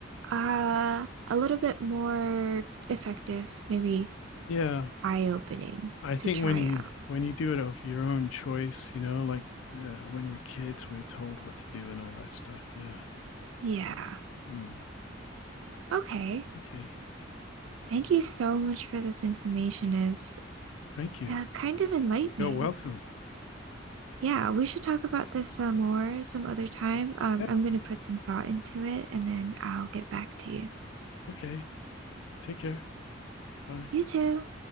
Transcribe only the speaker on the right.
uh, a little bit more effective, maybe
eye-opening
to try
out.
Yeah.
Okay.
Thank you so much for this information. Is
uh, kind of enlightening.
Yeah, we should talk about this uh, more some other time. Um,
I'm going to put some thought into it and then I'll get back to you.
You too.